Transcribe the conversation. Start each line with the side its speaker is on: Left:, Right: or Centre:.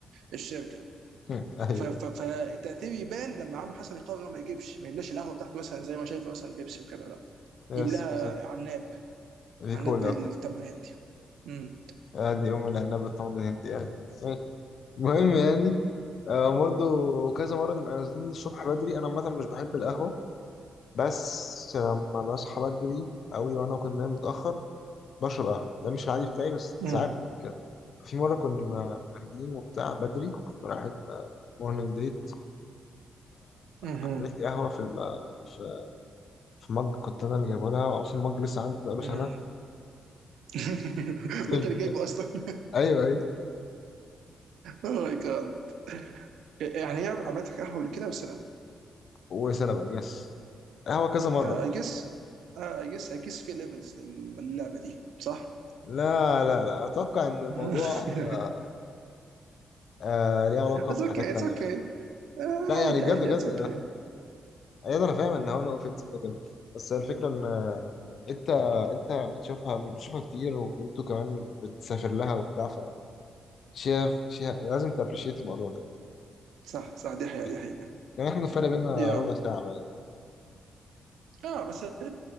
Right: الشركه
Left: <laughs> هم، ايوه
Right: ف- ف- فالتاثير يبان لما عم حسن يقرر ان هو ما يجيبش ما يملاش القهوه بتاعته مثلا زي ما شايف مثلا بيبسي وكده لا
Left: يس
Right: يملاها
Left: بالظبط
Right: عناب
Left: دي
Right: عناب
Left: كولا
Right: بالتمر
Left: وكده
Right: الهندي امم
Left: ادي ام العنب بالتمر الهندي يعني ماشي. المهم يعني آه برضه كذا مرة نبقى نازلين الصبح بدري أنا عامة مش بحب القهوة بس لما بصحى بدري قوي وانا كنت نايم متاخر بشرب قهوه ده مش العادي بتاعي بس
Right: امم
Left: ساعات بعمل كده في مره كنا قاعدين وبتاع بدري كنا رايحين مورنينج ديت
Right: امم
Left: عملت لي قهوه في ال- في في مج كنت انا اللي جايبه لها واصلا مج لسه عندي بقاله
Right: <laughs>
Left: سنه
Right: <laughs>
Left: الحمد
Right: وانت اللي
Left: لله
Right: جايبه اصلا <laughs>
Left: ايوه ايوه
Right: اوه ماي جاد يعني هي عملت لك قهوه كده والسلام
Left: وسنه بقى يس قهوه كذا مره كتير
Right: اي جس اي جس اي جس في ليفلز للعبه دي صح؟
Left: لا لا لا اتوقع ان الموضوع
Right: <laughs>
Left: آه آه، ليه علاقه
Right: بس
Left: بحاجات
Right: اوكي اتس
Left: تانية
Right: اوكي
Left: بقى لا
Right: عادي
Left: يعني بجد
Right: عادي
Left: بجد
Right: اتس اوكي
Left: ايوه انا فاهم ان هو نو اوفنس كده كده بس الفكره ان آه، انت انت بتشوفها بتشوفها كتير وانتوا كمان بتسافر لها وبتاع ف شايف شايف- لازم تابريشيت الموضوع ده
Right: صح صح دي حقيقة
Left: بس
Right: دي حقيقة
Left: يعني احنا الفرق بينا
Right: يا
Left: ربع ساعه باين
Right: اه بس آه،